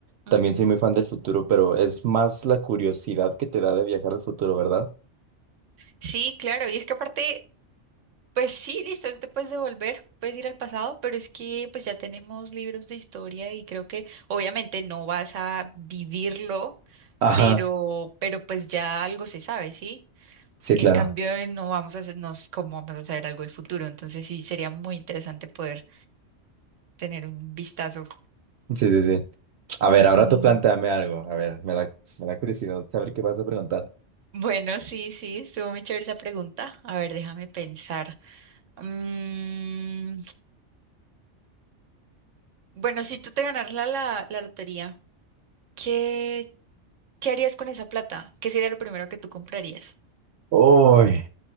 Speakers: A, on the right (about 85°); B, on the right (about 65°).
A: Ujú.
B: también soy muy fan del futuro, pero es más la curiosidad que te da de viajar al futuro, ¿verdad?
A: Sí, claro, y es que aparte, pues sí, listo, tú te puedes devolver, puedes ir al pasado, pero es que pues ya tenemos libros de historia y creo que obviamente no vas a vivirlo
B: Ajá,
A: pero, pero pues ya algo se sabe, ¿sí?
B: sí,
A: En
B: claro.
A: cambio, eh, no vamos a hacernos cómo vamos a saber algo del futuro. Entonces, sí, sería muy interesante poder tener un vistazo.
B: Sí, sí, sí. A ver,
A: Mm,
B: ahora tú planteame algo. A ver, me da, me da curiosidad saber qué vas a preguntar.
A: bueno, sí, sí, estuvo muy chévere esa pregunta. A ver, déjame pensar. Mm, bueno, si tú te ganaras la, la, la lotería, ¿qué, qué harías con esa plata? ¿Qué sería lo primero que tú comprarías?
B: Uy,